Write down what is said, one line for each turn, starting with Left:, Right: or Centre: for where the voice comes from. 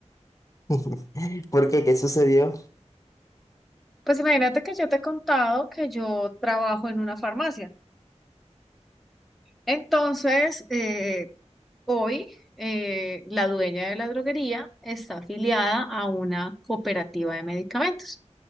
Left: <laughs> ¿Por qué? ¿Qué sucedió?
Centre: Pues imagínate que yo te he contado que yo trabajo en una farmacia. Entonces, eh, Hoy, eh, la dueña de la droguería está afiliada a una cooperativa de medicamentos.